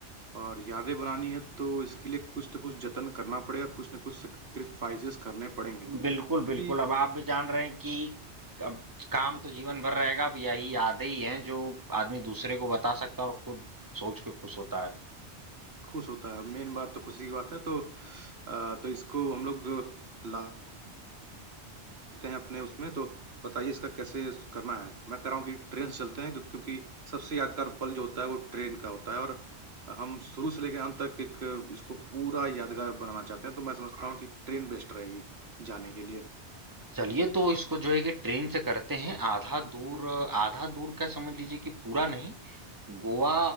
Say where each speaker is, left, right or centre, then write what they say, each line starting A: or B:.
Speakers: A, on the right; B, on the right.
A: और यादें बनानी है तो इसके लिए कुछ तो कुछ जतन करना पड़ेगा कुछ ना कुछ सेक्रीफाइसेस करने पड़ेंगे क्योंकि
B: बिल्कुल बिल्कुल अब आप भी जान रहे हैं कि अब काम तो जीवन भर रहेगा अब यही यादें ही हैं जो आदमी दूसरे को बता सकता है और खुद सोच के खुश होता है
A: खुश होता है मेन बात तो खुशी की बात है तो अ, तो इसको हम लोग लाते हैं अपने उसमें तो बताइए इसका कैसे करना है मैं कह रहा हूँ कि ट्रेन से चलते हैं क्यों- क्योंकि सबसे यादगार पल जो होता है वो ट्रेन का होता है और हम शुरू से लेकर अंत तक एक इसको पूरा यादगार बनाना चाहते हैं तो मैं समझता हूँ कि ट्रेन बेस्ट रहेगी जाने के लिए
B: चलिए तो इसको जो है कि ट्रेन से करते हैं आधा दूर आधा दूर का समझ लीजिए कि पूरा नहीं गोवा